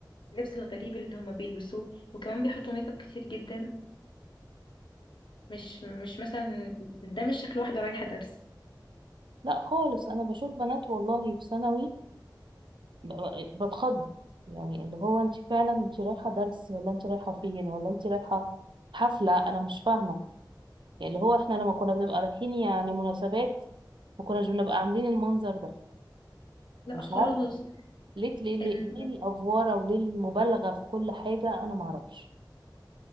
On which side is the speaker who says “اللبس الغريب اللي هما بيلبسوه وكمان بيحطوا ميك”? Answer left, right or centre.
Left